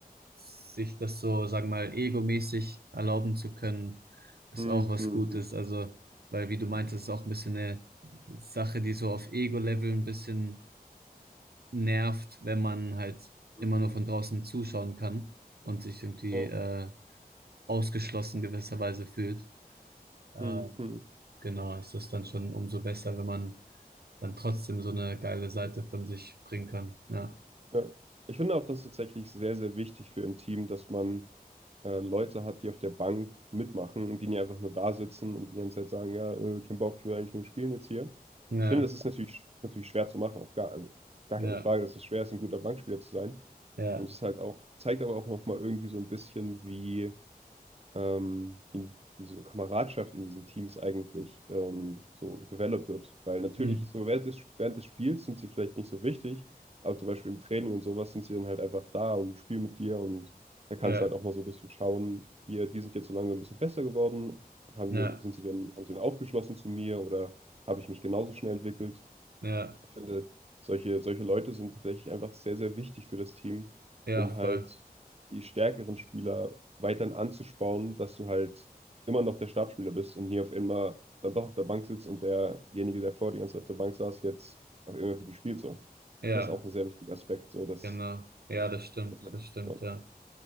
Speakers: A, on the right; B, on the right.
A: sich das so, sagen wir mal, egomäßig erlauben zu können, ist
B: hm,
A: auch was
B: hm,
A: Gutes.
B: hm,
A: Also, weil wie du meintest, ist auch ein bisschen eine Sache, die so auf Ego-Level ein bisschen nervt, wenn man halt
B: hm,
A: immer nur
B: hm,
A: von draußen zuschauen kann und sich irgendwie
B: oh,
A: äh, ausgeschlossen gewisserweise fühlt. Ähm,
B: hm, hm.
A: genau, ist das dann schon umso besser, wenn man dann trotzdem so eine geile Seite von sich bringen kann. Ja.
B: Ja. Ich finde auch das ist tatsächlich sehr, sehr wichtig für ein Team, dass man äh, Leute hat, die auf der Bank mitmachen und die nicht einfach nur da sitzen und die ganze Zeit sagen, ja, äh, kein Bock, ich will eigentlich nur spielen jetzt hier.
A: Ja,
B: Ich finde, das ist natürlich, natürlich schwer zu machen, auf gar, also gar
A: ja,
B: keine Frage, dass es schwer ist, ein guter Bankspieler zu sein.
A: ja,
B: Und es ist halt auch, zeigt aber auch nochmal irgendwie so ein bisschen, wie ähm, in diese Kameradschaft in diesen Teams eigentlich ähm, so developed wird. Weil natürlich
A: hm,
B: so während des, während des Spiels sind sie vielleicht nicht so wichtig, aber zum Beispiel im Training und sowas sind sie dann halt einfach da und spielen mit dir und da kannst
A: ja,
B: du halt auch mal so ein bisschen schauen, hier, die sind jetzt so langsam ein bisschen besser geworden, haben,
A: ja,
B: sind sie dann, haben sie dann aufgeschlossen zu mir oder habe ich mich genauso schnell entwickelt?
A: ja,
B: Ich finde, solche, solche Leute sind tatsächlich einfach sehr, sehr wichtig für das Team,
A: ja,
B: um halt
A: voll.
B: die stärkeren Spieler weiterhin anzuspornen, dass du halt immer noch der Startspieler bist und nie auf einmal dann doch auf der Bank sitzt und derjenige, der vor dir ganz auf der Bank saß, jetzt auf einmal für dich spielt. So.
A: Ja,
B: Das ist auch ein sehr wichtiger Aspekt, so dass,
A: genau. Ja, das stimmt,
B: dass halt,
A: das stimmt,
B: ja,
A: ja.